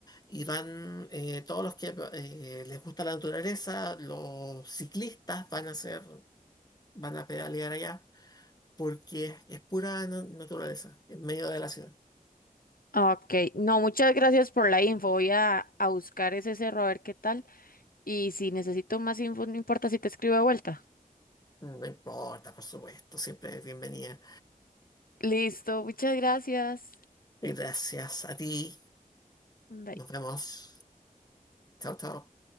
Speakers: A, on the left; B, on the left.
A: y van eh, todos los que eh, les gusta la naturaleza, los ciclistas van a hacer, van a pedalear allá porque es, es pura na- naturaleza en medio de la ciudad.
B: Ok, no, muchas gracias por la info. Voy a, a buscar ese cerro a ver qué tal. Y si necesito más info, no importa si te escribo de vuelta.
A: Mm, No importa, por supuesto, siempre es bienvenida.
B: Listo, muchas gracias.
A: Gracias a ti.
B: Bye.
A: Nos vemos. Chao, chao.